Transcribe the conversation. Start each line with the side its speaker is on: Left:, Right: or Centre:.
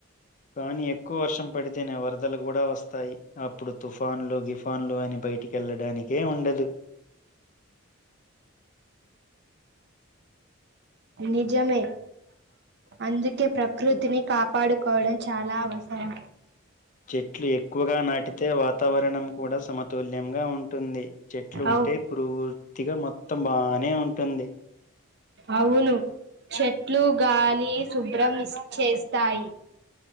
Left: కానీ ఎక్కువ వర్షం పడితేనే వరదలు కూడా వస్తాయి అప్పుడు తుఫాన్లు గిఫాన్లు అని బయటికెళ్లడానికే ఉండదు
Right: నిజమే అందుకే ప్రకృతిని కాపాడుకోవడం చాలా అవసరం.
Left: చెట్లు ఎక్కువగా నాటితే వాతావరణం కూడా సమతుల్యంగా ఉంటుంది. చెట్లు ఉంటే
Right: అవు
Left: పూర్తిగా మొత్తం బానే ఉంటుంది.
Right: అవును చెట్లు గాలి శుభ్రం చేస్తాయి.